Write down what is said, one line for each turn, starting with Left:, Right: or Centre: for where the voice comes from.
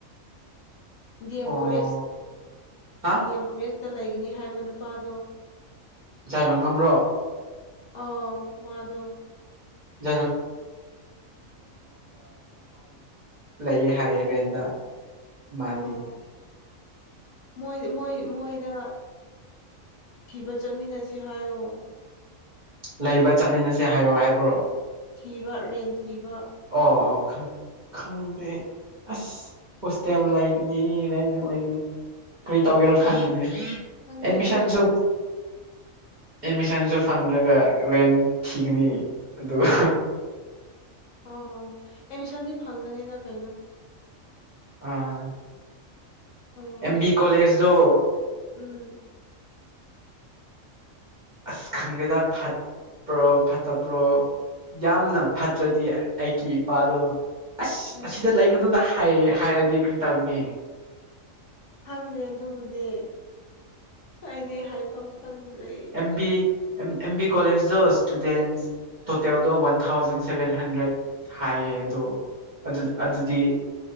Left: ꯗꯤ ꯑꯦꯝ
Right: ꯑꯣ
Left: ꯀꯣꯂꯦꯖ
Right: ꯍꯥ
Left: ꯗꯤ ꯑꯦꯝ ꯀꯣꯂꯦꯖꯇ ꯂꯩꯒꯅꯤ ꯍꯥꯏꯕ ꯅꯨꯄꯥꯗꯣ
Right: ꯆꯥꯕ ꯉꯝꯕ꯭ꯔꯣ
Left: ꯑꯥꯎ ꯃꯗꯣ
Right: <unintelligible> ꯂꯩꯌꯦ ꯍꯥꯏꯌꯦ ꯀꯦꯟꯗ ꯃꯥꯅꯤ
Left: ꯑꯣ ꯃꯣꯏ ꯃꯣꯏ ꯃꯣꯏꯗ ꯊꯤꯕ ꯆꯠꯃꯤꯟꯅꯁꯤ ꯍꯥꯏꯌꯣ
Right: ꯂꯩꯕ ꯆꯠꯃꯤꯟꯅꯁꯦ ꯍꯥꯏꯌꯣ ꯍꯥꯏꯕ꯭ꯔꯣ
Left: ꯊꯤꯕ ꯔꯦꯟ ꯊꯤꯕ
Right: ꯑꯣ ꯑꯣ ꯈꯪꯗꯦ ꯑꯁ ꯍꯣꯁꯇꯦꯜ ꯂꯩꯒꯅꯤ ꯔꯦꯟ ꯂꯩꯒꯅꯤ ꯀꯔꯤ
Left: ꯑꯣ
Right: ꯇꯧꯒꯦꯔꯣ
Left: ꯑꯣ
Right: ꯈꯪꯗꯦ
Left: ꯈꯪꯗꯦ
Right: ꯑꯦꯠꯃꯤꯁꯟꯁꯨ
Left: ꯍꯣꯏ ꯍꯣꯏ
Right: ꯑꯦꯠꯃꯤꯁꯟꯁꯨ ꯐꯪꯗ꯭ꯔꯒ ꯔꯦꯟ ꯊꯤꯒꯅꯤ ꯑꯗꯨ
Left: ꯑꯣ ꯍꯣ ꯑꯦꯗꯃꯤꯁꯟꯗꯤ ꯐꯪꯒꯅꯤꯗ ꯀꯩꯅꯣ
Right: ꯑꯥ
Left: ꯑꯣ
Right: ꯑꯦꯝ ꯕꯤ ꯀꯣꯂꯦꯖꯇꯣ
Left: ꯎꯝ
Right: ꯑꯁ ꯈꯪꯗꯦꯗ ꯐꯕ꯭ꯔꯣ ꯐꯠꯇꯕ꯭ꯔꯣ ꯌꯥꯝꯅ ꯐꯠꯇ꯭ꯔꯗꯤ ꯑꯩꯒꯤ ꯏꯄꯥꯗꯣ ꯑꯁ
Left: ꯎꯝ
Right: ꯑꯁꯤꯗ ꯂꯩꯒꯅꯨꯗ ꯍꯥꯏ ꯍꯥꯏꯔꯗꯤ ꯀꯔꯤ ꯇꯧꯒꯅꯤ
Left: ꯈꯪꯗꯦ ꯑꯗꯨꯕꯨꯗꯤ ꯑꯩꯗꯤ ꯍꯥꯏꯐꯝ ꯈꯪꯗ꯭ꯔꯦ
Right: ꯑꯦꯝ ꯕꯤ ꯑꯦꯝ ꯕꯤ ꯀꯣꯂꯦꯖꯗꯣ ꯏꯁꯇꯨꯗꯦꯟ ꯇꯣꯇꯦꯜꯗꯣ ꯋꯥꯟ ꯊꯥꯎꯖꯟ ꯁꯚꯦꯟ ꯍꯟꯗ꯭ꯔꯦꯠ ꯍꯥꯏꯌꯦ ꯑꯗꯣ ꯑꯗꯨ
Left: ꯎꯝ
Right: ꯑꯗꯨꯗꯤ